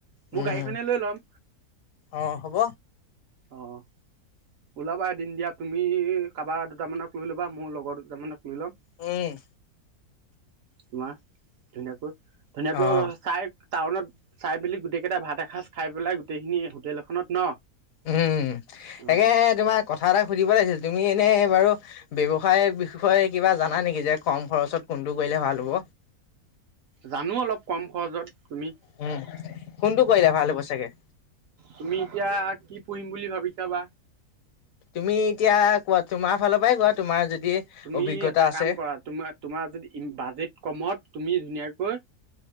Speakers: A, on the right; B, on the left.
A: মোৰ
B: উম
A: গাড়ীখনে লৈ ল'ম।
B: অ' হ'ব।
A: অ'। ওলাবা এদিন দিয়া তুমি কাৰোবাৰ দুটামানক লৈ ল'বা মোৰ লগৰ দুটামানক লৈ ল'ম।
B: উম।
A: তোমাৰ ধুনীয়াকৈ, ধুনীয়াকৈ
B: অ',
A: চাই। টাউনত চাই মেলি গোটেই কেইটা ভাত এসাঁজ খাই পেলাই গোটেইখিনি হোটেলখনত ন
B: উম তাকে
A: অ'।
B: তোমাক কথা এটা সুধিব লাগিছিল তুমি এনেই বাৰু? ব্যৱসায়ৰ বিষয়ে কিবা জানা নেকি যে কম খৰচত কোনটো কৰিলে ভাল হ'ব?
A: জানো অলপ কম খৰচত তুমি
B: উম', কোনটো কৰিলো ভাল হ'ব চাগে?
A: তুমি এতিয়া কি পঢ়িম বুলি ভাবিছা বা?
B: তুমি এতিয়া কোৱা তোমাৰ ফালৰ পৰাই কোৱা তোমাৰ যদি
A: তুমি
B: অভিজ্ঞতা
A: এটা
B: আছে
A: কাম কৰা তোমাৰ, তোমাৰ যদি বাজেট কমত তুমি ধুনীয়াকৈ